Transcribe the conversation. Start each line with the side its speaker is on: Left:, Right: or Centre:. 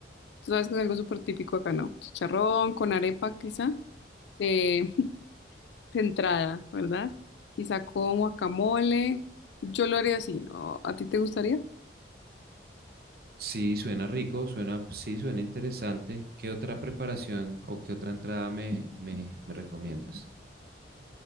Left: sabes que es algo súper típico acá, ¿no? Chicharrón con arepa, quizá, eh, <laughs> de entrada, ¿verdad? Quizá con guacamole. Yo lo haría así. ¿O ¿A ti te gustaría?
Right: Sí, suena rico, suena, sí, suena interesante. ¿Qué otra preparación o qué otra entrada me, me, me recomiendas?